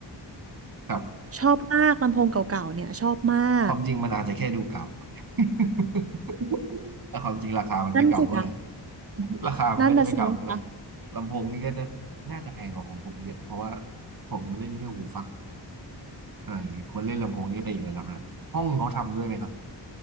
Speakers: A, on the right; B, on the right.
A: ครับ
B: ชอบมากลำโพงเก่าๆเนี่ยชอบมาก
A: ความจริงมันอาจจะแค่ดูเก่า <laughs> แต่ความจริงราคามันไม่เก่าเท่าไหร่
B: นั่นสินะ
A: ราคามันก็จะไม่เก่าเท่าไหร่
B: นั่นน่ะสินะคะ
A: ลำโพงนี่ก็น่าน่าจะแพงกว่าของผมเยอะเพราะว่าผมเล่นแค่หูฟังอะไรอย่างงี้คนเล่นลำโพงนี่ก็ไปอีกระดับละห้องเขาทำด้วยไหมครับ